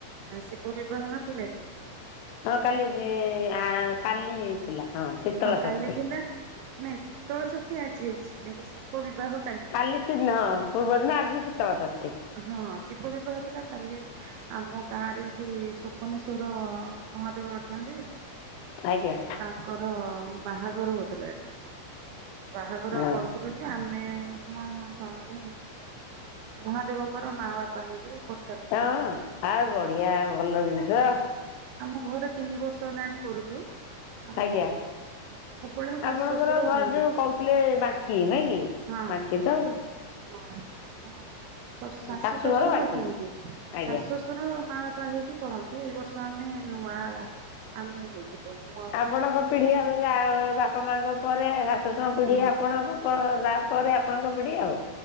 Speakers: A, on the right (about 80°); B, on the left (about 80°).
A: ଆ ଶିବ ବିବାହ ନଥିଲା କି?
B: ହଁ କାଲି ହେ ଆଁ କାଲି ଥିଲା ହଁ। ଶୀତଳ
A: ହଁ କାଲି
B: ଷଷ୍ଠୀ।
A: ଥିଲା ନାଇଁ ଶୀତଳ ଷଷ୍ଠୀ ଆଜି ଅଛି କିନ୍ତୁ ଶିବ ବିବାହ
B: କାଲି ଶି ହଁ ଆଜି ଶିତଳ ଷଷ୍ଠୀ
A: ହଁ ଶିବ ବିବାହ ଥିଲା କାଲି ଆମ ଗାଁ ରେ ଏଠି ସପନେଶ୍ୱର୍ ମହାଦେବ ଅଛନ୍ତି। ଆଉ
B: ଆଜ୍ଞା।
A: ତାଙ୍କର ବାହାଘର ହେଉଥିଲା ଏଠି ବାହାଘର
B: ହଁ।
A: କରୁ ଆମେ ମୁଁ ମୋ ସ୍ୱାମୀ ମହାଦେବଙ୍କର ମାଆ ବାପା ହେଇକି କରୁ
B: ହାଁ ଆ ବଢିଆ ଭଲ ଜିନିଷ।
A: ଆମ ଘରେ ତିନି ବର୍ଷ ହେଲାଣି କରୁଛୁ ଆଉ
B: ଆଜ୍ଞା
A: ସବୁବେଳେ ଶାଶୁ
B: ଆପଣଙ୍କର
A: ଶ୍ୱଶୁର
B: ଘର
A: ହୁଅନ୍ତି।
B: ଯୋଉଁ କହୁଥିଲେ ବାଙ୍କୀ ନାଇକି
A: ହଁ
B: ବାଙ୍କୀ ତ ଆଉ।
A: ହଁ ଆମ ଶଶ ଶାଶୁ
B: ଶାଶୁଘର
A: ଶଶୁର
B: ବାଙ୍କି
A: ହୁଅନ୍ତି
B: ଆଜ୍ଞା।
A: ଶାଶୁ ଶଶୁ। ଆମର ମାଆ ବାପା ହେଇକି କରନ୍ତି ଏଇ ବର୍ଷ ଆମେ ନୂଆ ଆମେ ହେଇଚୁଁ ଦୋମୁହାଁ
B: ଆପଣଙ୍କ
A: ବର୍ଷା।
B: ପିଢ଼ି ଆମେ ଯା ବାପା ମାଆଙ୍କ ପରେ ହାଁ ଶଶୁର ପିଢ଼ି
A: ହଁ
B: ଆପଣଙ୍କ ଗଲା ପରେ ଆପଣଙ୍କ ପିଢ଼ି ଆଉଁ।